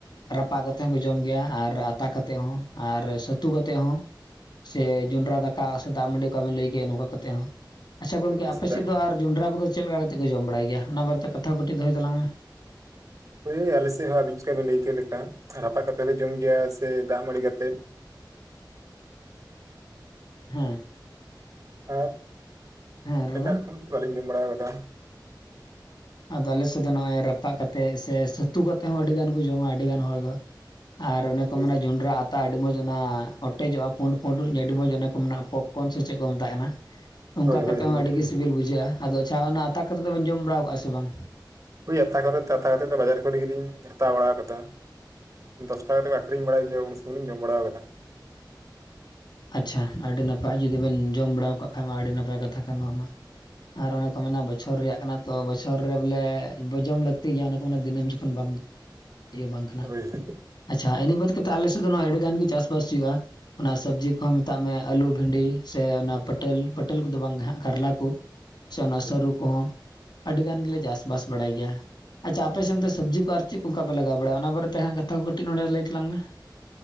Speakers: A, on the left; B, on the right.
A: ᱨᱟᱯᱟᱜ ᱠᱟᱛᱮ ᱦᱚᱸᱠᱚ ᱡᱚᱢ ᱜᱮᱭᱟ ᱟᱨ ᱟᱛᱟ ᱠᱟᱛᱮ ᱦᱚᱸ ᱟᱨ ᱥᱟᱹᱛᱩ ᱠᱟᱛᱮ ᱦᱚᱸ ᱥᱮ ᱡᱚᱱᱰᱨᱟ ᱫᱟᱠᱟ ᱥᱮ ᱫᱟᱜ ᱢᱟᱹᱰᱤ ᱚᱠᱟ ᱵᱮᱱ ᱞᱟᱹᱭ ᱜᱮ ᱱᱚᱝᱠᱟ ᱠᱟᱛᱮ ᱦᱚᱸ ᱟᱪᱪᱷᱟ ᱜᱚᱝᱠᱮ
B: ᱦᱳᱭ ᱦᱳᱭ
A: ᱟᱯᱮ
B: ᱥᱮᱫᱟᱜ
A: ᱥᱮᱫ ᱫᱚ ᱟᱨ ᱡᱚᱱᱰᱨᱟ ᱠᱚᱫᱚ ᱪᱮᱫ ᱞᱮᱠᱟ ᱠᱟᱛᱮᱫ ᱠᱚ ᱡᱚᱢ ᱵᱟᱲᱟᱭ ᱜᱮᱭᱟ? ᱚᱱᱟ ᱵᱟᱨᱮ ᱛᱮ ᱠᱟᱛᱷᱟ ᱠᱚ ᱠᱟᱹᱴᱤᱡ ᱫᱚᱦᱚᱭ ᱛᱟᱞᱟᱝ ᱢᱮ
B: ᱳᱭ ᱟᱞᱮᱥᱮᱜ ᱦᱚᱸ ᱟᱵᱤᱱ ᱪᱤᱠᱟᱵᱤᱱ ᱞᱟᱹᱭ ᱠᱮᱫ ᱞᱮᱠᱟ ᱨᱟᱯᱟᱜ ᱠᱟᱛᱮᱫ ᱞᱮ ᱡᱚᱢ ᱜᱮᱭᱟ ᱥᱮ ᱫᱟᱜ ᱢᱟᱹᱲᱤ ᱠᱟᱛᱮᱜ?
A: ᱦᱮᱸ
B: ᱟᱨ
A: ᱦᱮᱸ ᱨᱚᱲ
B: ᱮᱴᱟᱜ
A: ᱵᱮᱱ
B: ᱨᱚᱠᱚᱢ ᱵᱟᱞᱤᱧ ᱡᱚᱢ ᱵᱟᱲᱟᱣ ᱠᱟᱫᱟ᱾
A: ᱟᱫᱚ ᱟᱞᱮᱥᱮᱫ ᱫᱚ ᱱᱚᱜ-ᱚᱭ ᱨᱟᱯᱟᱜ ᱠᱟᱛᱮᱜ ᱥᱮ ᱥᱷᱟᱹᱛᱩ ᱠᱟᱛᱮᱜ ᱦᱚᱸ ᱟᱹᱰᱤ ᱜᱟᱱ ᱠᱩ ᱡᱚᱢᱟ ᱟᱹᱰᱤ ᱜᱟᱱ ᱦᱚᱲ ᱫᱚ ᱟᱨ ᱚᱱᱮ ᱠᱚ
B: ᱦᱳᱭ
A: ᱢᱮᱱᱟ ᱡᱚᱸᱰᱽᱨᱟ ᱟᱛ ᱛᱟ, ᱟᱰᱤ ᱢᱚᱡᱽ ᱚᱱᱟ ᱚᱴᱮᱡᱚᱜᱼᱟ, ᱯᱩᱸᱰ ᱯᱩᱸᱰ ᱟᱰᱤ ᱢᱚᱡᱽ ᱚᱱᱟ ᱠᱚ ᱢᱮᱱᱟᱜᱼᱟ, ᱯᱚᱯᱠᱚᱨᱱ ᱥᱮ ᱪᱮᱫ ᱠᱚ ᱢᱮᱛᱟᱜ ᱠᱟᱱᱟ᱾ ᱚᱝᱠᱟ
B: ᱦᱳᱭ
A: ᱠᱟᱛᱮᱜ
B: ᱦᱳᱭ
A: ᱦᱚᱸ
B: ᱜᱚᱢᱠᱮ
A: ᱟᱹᱰᱤ ᱜᱤ ᱥᱤᱵᱤᱞ ᱵᱩᱡᱷᱟᱹᱜᱼᱟ᱾ ᱟᱫᱚ ᱟᱪᱪᱷᱟ ᱚᱱᱟ ᱟᱛᱟ ᱠᱟᱛᱮᱫ ᱫᱚᱵᱮᱱ ᱡᱚᱢ ᱵᱟᱲᱟᱣ ᱠᱟᱜᱼᱟ ᱥᱮ ᱵᱟᱝ?
B: ᱳᱭ ᱟᱛᱟ ᱠᱚᱨᱮ ᱟᱛᱟ ᱠᱟᱛᱮᱫ ᱫᱚ ᱵᱟᱡᱟᱨ ᱠᱚᱨᱮ ᱜᱮᱞᱤᱧ ᱦᱟᱛᱟᱣ ᱵᱟᱲᱟᱣ ᱠᱟᱫᱟ᱾ ᱫᱚᱥ ᱴᱟᱠᱟ ᱠᱟᱛᱮ ᱠᱚ ᱟᱠᱷᱨᱤᱧ ᱵᱟᱲᱟᱭ ᱜᱮᱭᱟ ᱩᱱ ᱥᱩᱢᱚᱭ ᱞᱤᱧ ᱡᱚᱢ ᱵᱟᱲᱟᱣ ᱠᱟᱫᱟ᱾
A: ᱟᱪᱪᱷᱟ, ᱟᱹᱰᱤ ᱱᱟᱯᱟᱭ ᱡᱩᱫᱤ ᱵᱮᱱ ᱡᱚᱢ ᱵᱟᱲᱟᱣ ᱠᱟᱜ ᱠᱷᱟᱡᱽ ᱢᱟ ᱟᱹᱰᱤ ᱱᱟᱯᱟᱭ ᱠᱟᱛᱷᱟ ᱠᱟᱱ ᱱᱚᱣᱟ ᱢᱟ ᱟᱨ ᱚᱱᱮ ᱠᱚ ᱢᱮᱱᱟ ᱵᱚᱪᱷᱚᱨ ᱨᱮᱭᱟᱜ ᱠᱟᱱᱟ ᱛᱚ, ᱵᱚᱪᱷᱚᱨ ᱨᱮ ᱵᱚᱞᱮ ᱵᱚ ᱡᱚᱢ ᱞᱟᱹᱠᱛᱤ ᱜᱮᱭᱟ, ᱚᱱᱮ ᱠᱚ ᱢᱮᱱᱮ ᱫᱤᱱᱟᱹᱢ ᱡᱚᱠᱷᱚᱱ ᱵᱟᱢ ᱤᱭᱟᱹ ᱵᱟᱝ ᱠᱟᱱᱟ?
B: ᱦᱳᱭ ᱦᱳᱭ
A: ᱟᱪᱪᱷᱟ ᱤᱱᱟᱹ ᱵᱟᱫ ᱠᱟᱛᱮ ᱟᱞᱮᱥᱮᱫ ᱫᱚ ᱟᱹᱰᱤ ᱜᱟᱱ ᱜᱮ ᱪᱟᱥ ᱵᱟᱥ ᱦᱩᱭᱩᱜᱼᱟ᱾ ᱚᱱᱟ ᱥᱟᱵᱽᱡᱤ ᱠᱚᱦᱚᱸ ᱢᱮᱛᱟᱜ ᱢᱮ ᱟᱞᱩ ᱵᱷᱤᱸᱰᱤ ᱥᱮ ᱚᱱᱟ ᱯᱟᱹᱴᱟᱹᱞ ᱯᱟᱹᱴᱟᱹᱞ ᱠᱚᱫᱚ ᱵᱟᱝ ᱜᱮ ᱦᱟᱸᱜ ᱠᱟᱨᱞᱟ ᱠᱩ ᱥᱮ ᱚᱱᱟ
B: ᱦᱳᱭ
A: ᱥᱟᱹᱨᱩ ᱠᱚᱦᱚᱸ ᱟᱹᱰᱤ ᱜᱟᱱ ᱜᱮᱞᱮ ᱪᱟᱥ ᱵᱟᱥ ᱵᱟᱲᱟᱭ ᱜᱮᱭᱟ᱾ ᱟᱪᱪᱷᱟ, ᱟᱯᱮ ᱥᱮᱱ ᱫᱚ ᱥᱟᱵᱽᱡᱤ ᱠᱩ ᱟᱨ ᱪᱮᱫ ᱠᱩ ᱚᱝᱠᱟ ᱯᱮ ᱞᱟᱜᱟᱣ ᱵᱟᱲᱟᱜᱼᱟ᱾ ᱚᱱᱟ ᱵᱟᱨᱮᱛᱮ ᱦᱟᱸᱜ ᱠᱟᱛᱷᱟ ᱠᱚ ᱠᱟᱹᱴᱤᱡ ᱱᱚᱸᱰᱮ ᱞᱟᱹᱭ ᱛᱟᱞᱟᱝ ᱢᱮ?